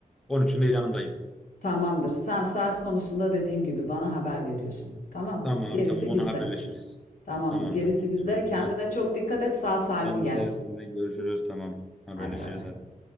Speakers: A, in the centre; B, on the left (about 70°).
A: on üçünde yanındayım.
B: Tamamdır. Sen saat konusunda dediğim gibi bana haber veriyorsun. Tamam.
A: Tamam
B: Gerisi
A: tamam onu
B: bizde.
A: haberleşiriz.
B: Tamamdır.
A: Tamamdır.
B: Gerisi bizde.
A: Tamam
B: Kendine
A: hadi.
B: çok dikkat et. Sağ salim
A: Ben
B: gel.
A: de sizinle görüşürüz. Tamam haberleşiriz
B: Hadi bay bay.
A: hadi.